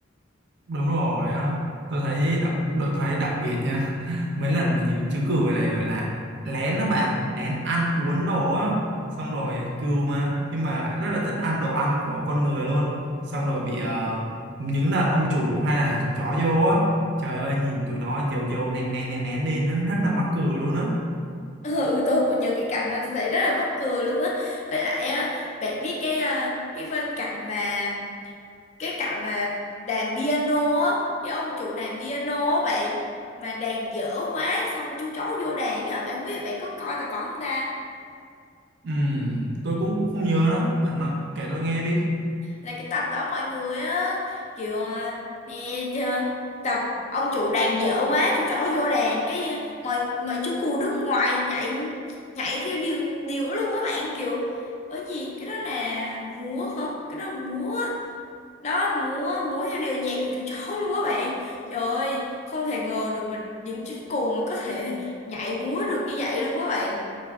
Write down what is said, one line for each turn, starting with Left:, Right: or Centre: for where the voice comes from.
Right: đúng rồi á tôi thấy đặc tôi thấy đặc biệt nha <laughs> mấy lần mà những chú cừu này gọi là lén đó bạn lén ăn uống đồ á xong rồi cừu mà nhưng mà lại rất là thích ăn đồ ăn của con người luôn xong rồi bị ờ, những lần ông chủ hay là chú chó vô á trời ơi nhìn tụi nó dầu dầu nén nén nén nén đi nó rất là mắc cười luôn á
Left: Ờ, Ừ, tôi cũng nhớ cái cảnh đó tôi thấy rất là mắc cười luôn á với lại á bạn biết cái à, cái phân cảnh mà cái cảnh mà đàn piano á cái ông chủ đàn piano á bạn mà đàn dở quá xong chú chó vô đàn á bạn không biết là bạn có coi tập đó không ta
Right: Ừm, tôi cũng không nhớ đó bạn nói, kể tôi nghe đi
Left: là cái tập đó mọi người á kiểu à, mẹ chưa tập ông chủ đàn dở quá chú chó vô đàn cái à, mọi mọi chú cù đứng ngoài nhảy nhảy theo điều điều luôn á bạn kiểu ở gì cái đó là múa hả cái đó là múa đó múa múa theo điệu nhạc của chú chó luôn á bạn trời ơi không thể ngờ được mà những chú cù mà có thể nhảy múa được như vậy luôn á bạn